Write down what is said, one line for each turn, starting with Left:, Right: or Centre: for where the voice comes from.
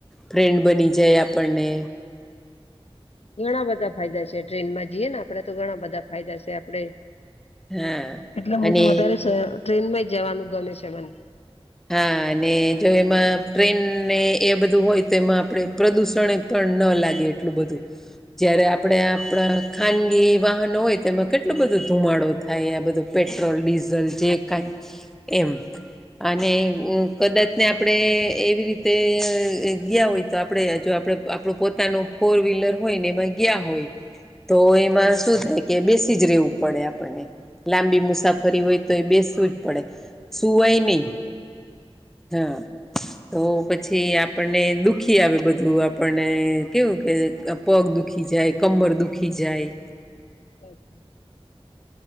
Centre: ફ્રેન્ડ બની જાય આપણને.
Left: ઘણા બધા ફાયદા છે ટ્રેન માં જીએ આપડે તો ઘણા બધા છે આપડણે.
Centre: હા
Left: એટલે હું
Centre: અને
Left: તો વધારે સ ટ્રેન માં જવાનું ગમે છે મને.
Centre: હા અને જો એમાં ટ્રેનને એ બધું હોય તો એમાં આપણે પ્રદુષણ. પણ ન લાગે એટલું બધું.
Left: <inaudible>
Centre: જયારે આપણે આપણા ખાનગી વાહનો હોય તેમાં કેટલોું બધો ધુમાડો થાય આ બધું. પેટ્રોલ ડીઝલ જે કઈ એમ. અને કદાચ ત્યાં આપણે એવી રીતે ગયા હોય. તો આપડે જો આપડે આપણું પોતાનો ફોર વ્હીલર હોય ને એમાં ગયા હોય. એમાં શું થાય બેસી જ રહેવું પડે આપણને. લાંબી મુસાફરી હોય તો એ બેસવું જ પડે સુુંવાય નહી. હા તો પછી. આપણને દુઃખી આવે બધું આપણને કેવું કે પગ દુખી જાય કમર દુખી જાય.
Left: અચ્છા <inaudible>